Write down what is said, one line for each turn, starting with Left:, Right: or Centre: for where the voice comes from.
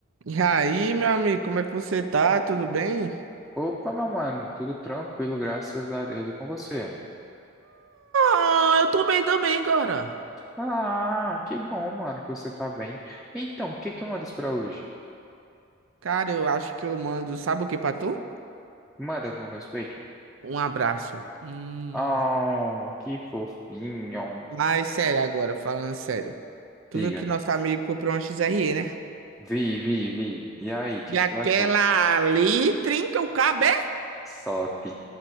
Right: E aí, meu amigo, como é que você tá? Tudo bem?
Centre: Opa, meu mano, tudo tranquilo, graças a Deus. E com você?
Right: Ah, eu tô bem também, cara.
Centre: Ah, que bom, mano, que você tá bem. Então, o que que mandas pra hoje?
Right: Cara, eu acho que eu mando, sabe o que pra tu?
Centre: Manda no meu Patreon.
Right: Um abraço. Hum,
Centre: Oh, que fofinho.
Right: Mas sério agora, falando sério. Tu
Centre: Diga.
Right: viu que nosso amigo comprou uma XRE, né?
Centre: Vi, vi, vi. E aí, o que
Right: e
Centre: que
Right: aquela
Centre: tu achou?
Right: ali trinca o cabo, é?
Centre: Sop.